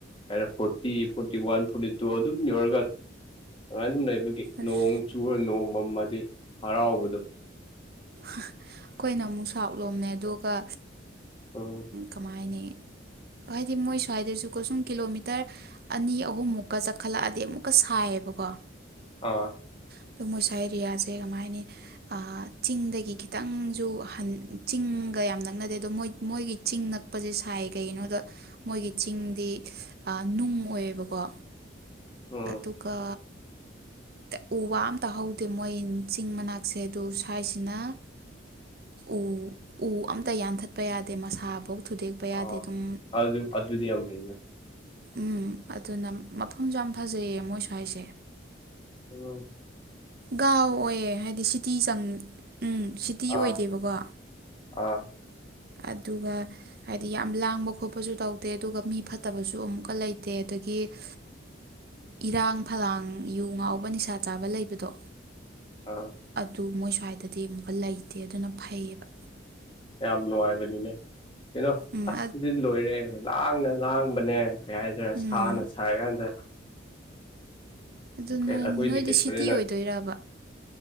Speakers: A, on the left (about 25°); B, on the right (about 50°).
A: ꯀꯔꯦ forty forty one forty two ꯑꯗꯨꯝ ꯌꯧꯔꯒ ꯑꯗꯨꯃꯥꯏꯅ ꯑꯗꯨꯝ ꯂꯩꯕꯒꯤ ꯅꯣꯡ
B: ꯑꯁ
A: ꯆꯨꯔ ꯅꯣꯡ ꯃꯝꯃꯗꯤ ꯍꯔꯥꯎꯕꯗꯣ
B: ꯑꯩꯈꯣꯏꯅ ꯑꯃꯨꯛ ꯁꯥꯎꯂꯣꯝꯅꯦ ꯑꯗꯨꯒ
A: ꯎꯝ
B: ꯀꯃꯥꯏ ꯍꯥꯏꯅꯤ ꯍꯥꯏꯗꯤ ꯃꯣꯏ ꯁ꯭ꯋꯥꯏꯗꯁꯨꯀꯣ ꯁꯨꯝ ꯀꯤꯂꯣꯃꯤꯇꯔ ꯑꯅꯤ ꯑꯍꯨꯝꯃꯨꯛꯀ ꯆꯠꯈꯠꯂꯛꯑꯗꯤ ꯑꯃꯨꯛꯀ ꯁꯥꯏꯑꯕ ꯀꯣ
A: ꯑꯥ
B: ꯑꯗꯨ ꯃꯣꯏꯁꯥ ꯑꯦꯔꯤꯌꯥꯁꯦ ꯀꯃꯥꯏꯅꯤ ꯆꯤꯡꯗꯒꯤ ꯈꯤꯇꯪꯁꯨ ꯆꯤꯡꯒ ꯌꯥꯝ ꯅꯛꯅꯗꯦ ꯑꯗꯣ ꯃꯣꯏ ꯃꯣꯏꯒꯤ ꯆꯤꯡ ꯅꯛꯄꯁꯦ ꯁꯥꯏ ꯀꯩꯒꯤꯅꯣꯗ ꯃꯣꯏꯒꯤ ꯆꯤꯡꯗꯤ ꯅꯨꯡ ꯑꯣꯏꯌꯦꯕꯀꯣ
A: ꯎꯝ
B: ꯇꯀ ꯎ ꯋꯥ ꯑ ꯑꯃꯇꯍꯧꯗꯦ ꯃꯣꯏ ꯆꯤꯡ ꯃꯅꯥꯛꯁꯦ ꯁ꯭ꯋꯥꯏꯁꯤꯅ ꯎ ꯎ ꯑꯝꯇ ꯌꯥꯟꯊꯠꯄ ꯌꯥꯗꯦ ꯃꯁꯥꯐꯧ ꯊꯨꯗꯦꯛꯄ
A: ꯑ
B: ꯌꯥꯗꯦ ꯑꯗꯨꯝ
A: ꯑ ꯑꯗꯗꯤ ꯄꯅꯤ
B: ꯎꯝ ꯑꯗꯨꯅ ꯃꯐꯝꯁꯨ ꯌꯥꯝ ꯐꯖꯩꯌꯦ ꯃꯣꯏꯁꯨ ꯍꯥꯏꯁꯦ
A: ꯑ
B: ꯒꯥꯎ ꯑꯣꯏꯌꯦ ꯍꯥꯏꯗꯤ ꯁꯤꯇꯤ ꯆꯪ ꯎꯝ ꯁꯤꯇꯤ
A: ꯑꯥ
B: ꯑꯣꯏꯗꯦꯕꯀꯣ
A: ꯑꯥ
B: ꯑꯗꯨꯒ ꯍꯥꯏꯗꯤ ꯌꯥꯝ ꯂꯥꯡꯕ ꯈꯣꯠꯄꯁꯨ ꯇꯧꯗꯦ ꯑꯗꯨꯒ ꯃꯤ ꯐꯠꯇꯕꯁꯨ ꯑꯃꯨꯛꯀ ꯂꯩꯇꯦ ꯑꯗꯒꯤ ꯀ ꯏꯔꯥꯡ ꯐꯂꯥꯡ ꯌꯨ ꯉꯥꯎꯕ ꯅꯤꯁꯥ ꯆꯥꯕ ꯂꯩꯕꯗꯣ
A: ꯑꯥ
B: ꯑꯗꯨ ꯃꯣꯏ ꯁ꯭ꯋꯥꯏꯗꯗꯤ ꯑꯃꯨꯛꯀ ꯂꯩꯇꯦ ꯑꯗꯨꯅ ꯐꯩꯌꯦꯕ
A: ꯌꯥꯝ ꯅꯣꯑꯕꯦꯂꯤꯅꯦ ꯀꯩꯅꯣ
B: ꯎꯝ
A: ꯑꯁꯀꯤꯗꯤꯗꯤ ꯂꯣꯏꯔꯦ ꯂꯥꯡꯅ ꯂꯥꯡꯕꯅꯦ ꯌꯥ ꯍꯥꯏꯗꯔ
B: ꯎꯝ
A: ꯁꯥꯅ ꯁꯥꯏ ꯀꯥꯟꯗ
B: ꯑꯗꯨ ꯅ
A: ꯑꯩꯈꯣꯏꯗꯤ
B: ꯅꯣꯏꯗꯤ
A: ꯀꯩꯅꯣꯅꯤꯅ
B: ꯁꯤꯇꯤ ꯑꯣꯏꯗꯣꯏꯕ